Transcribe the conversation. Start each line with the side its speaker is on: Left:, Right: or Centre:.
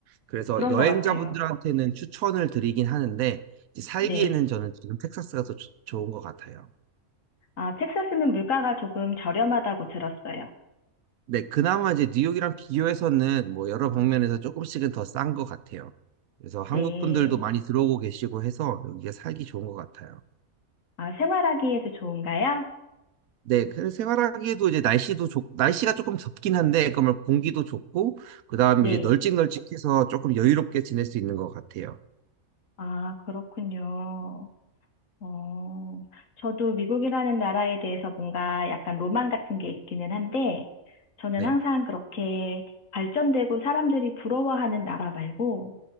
Right: 그래서
Left: 그런
Right: 여행자분들한테는
Left: 것 같아요.
Right: 추천을 드리긴 하는데 이제 살기에는
Left: 네.
Right: 저는 지금 텍사스가 더 좋- 좋은 것 같아요.
Left: 아, 텍사스는 물가가 조금 저렴하다고 들었어요.
Right: 네, 그나마 이제 뉴욕이랑 비교해서는 뭐 여러 방면에서 조금씩은 더 싼 것 같아요. 그래서 한국
Left: 네.
Right: 분들도 많이 들어오고 계시고 해서 여기가 살기 좋은 것 같아요.
Left: 아, 생활하기에도 좋은가요?
Right: 네, 그래서 생활하기에도 이제 날씨도 좋, 날씨가 조금 덥긴 한데, 그러면 공기도 좋고, 그 다음에
Left: 네.
Right: 이제 널찍널찍해서 조금 여유롭게 지낼 수 있는 것 같아요.
Left: 아, 그렇군요. 어, 저도 미국이라는 나라에 대해서 뭔가 약간 로망 같은 게 있기는 한데, 저는
Right: 네.
Left: 항상 그렇게 발전되고 사람들이 부러워하는 나라 말고,